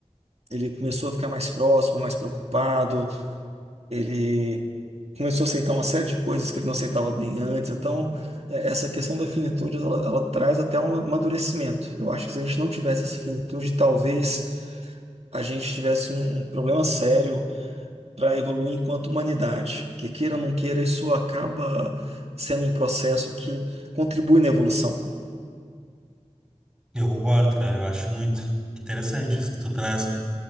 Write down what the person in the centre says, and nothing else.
Eu concordo, cara. Eu acho muito interessante isso que tu traz, cara.